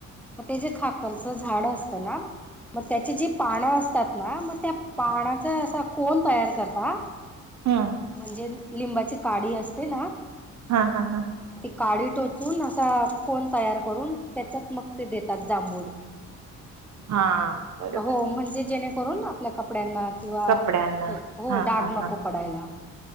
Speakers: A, in the centre; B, on the right.
A: मग ते जे खाकरचं झाड असतं ना मग त्याची जी पानं असतात ना मग त्या पानाचा असा कोण तयार करता
B: हा
A: म्हणजे लिंबाची काढी असते ना
B: हा हा हा
A: काढी टोचून असा कोण तयार करून त्याच्यात मग ते देतात जांभूळ
B: हा बरोबर
A: हो म्हणजे जेणे करून आपल्या कपड्यांना किंवा
B: कपड्यांना
A: कुठे हो
B: हा
A: डाग
B: हा
A: नको
B: हा
A: पडायला